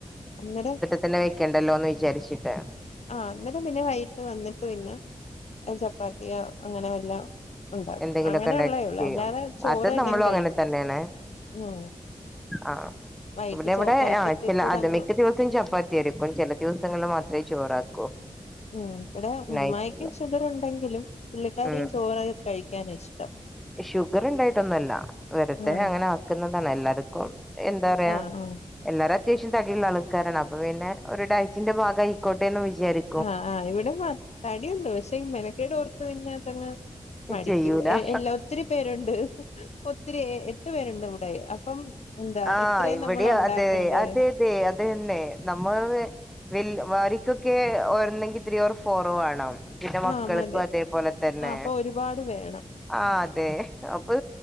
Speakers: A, on the left; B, in the centre.
A: അന്നേരം
B: പിന്നേ വെക്കണ്ടല്ലോ ന്ന് വിചാരിച്ചിട്ട്.
A: ആഹ് അന്നരം പിന്നെ വൈകിട്ട് വന്നിട്ട് പിന്നെ ചപ്പാത്തിയോ അങ്ങനെ വല്ലോം ഉണ്ടാക്കും.
B: എന്തെങ്കിലുമൊക്കെ
A: അങ്ങനെ
B: ഉണ്ടാക്കി
A: ള്ളേള്ളൂ.
B: ചെയ്യും
A: അല്ലാതെ ചോറ്
B: അത്
A: തന്നെ
B: നമ്മളും
A: കഴിക്കും.
B: അങ്ങനെ തന്നെയാണ്
A: ഉം
B: ആഹ്.
A: വൈകിട്ട്
B: നമ്മടെ ഇവിടെ
A: ചോ വൈകിട്ടത്തേക്കൂടെ
B: ആഴ്‌ചല് അത്
A: അങ്ങ്
B: മിക്ക ദിവസം ചപ്പാ ത്യാരിക്കും. ചില ദിവസങ്ങളിൽ മാത്രമേ ചോറാക്കൂ.
A: ഉം ഇവിടെ ഉമ്മായിക്കും
B: നൈറ്റില്
A: ഷുഗർ ഉണ്ടെങ്കിലും പുള്ളിക്കാരിയും
B: ഉം
A: ചോറ കഴിക്കാനിഷ്ടം.
B: ഷുഗർ ണ്ടായിട്ടൊന്നല്ല. വെറുതെ
A: ആഹ്
B: അങ്ങനെ കുന്നതാണ്. എല്ലാര്ക്കും എന്താ പറയാ
A: ആഹ് ആഹ്
B: എല്ലാരും അത്യാവശ്യം തടിയുള്ള ആൾക്കാരാണ്. അപ്പൊ പിന്നെ ഒരു ഡയറ്റിന്റെ ഭാഗായിക്കോട്ടെ ന്ന് വിചാരി
A: ആഹ് ആഹ് ഇവിടെ മ തടിയുണ്ട്. പക്ഷെ ഈ മേനക്കേട് ഓർത്ത് പിന്നെ അതങ്ങ് മടിക്കും.
B: ചെയ്യൂല
A: എ എല്ലാ ഒത്തിരി പേരുണ്ട്. ഒത്തിരി എട്ട് പേരുണ്ട് വിടെ. അപ്പം എന്താ
B: ആഹ്
A: ഇത്രയും
B: ഇവിടെ
A: നമ്മൾ ഉണ്ടാക്കണ്ടേ
B: അതെ അതെ തെ അതെന്നെ നമ്മ വെ വെൽ വാരിക്കൊക്കെ ഓരുന്നെങ്കി ത്രീ ഓർ ഫോർ വേണം. പിന്നെ മക്കൾക്കും
A: ആഹ് മതി
B: അതേപോലെ തന്നെ.
A: ആഹ് അപ്പൊ ഒരുപാട് വേണം.
B: ആഹ് തെ അപ്പൊ